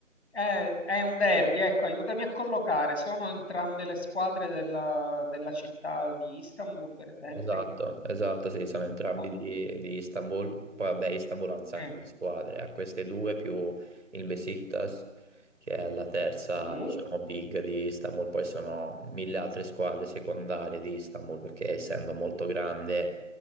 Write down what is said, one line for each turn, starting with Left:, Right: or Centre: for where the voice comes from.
Left: eh, è un derby, ecco, aiutami a collocare. Sono entrambe le squadre della, della città di Istanbul, per esempio?
Right: Esatto, esatto, sì, sono entrambi
Left: Oh,
Right: di, di Istanbul. Poi vabbè, Istanbul ha un sacco
Left: mm,
Right: di squadre, ha queste due più il Besiktas, che è la terza,
Left: Sì,
Right: diciamo, big di Istanbul. Poi sono mille altre squadre secondarie di Istanbul, perché essendo molto grande,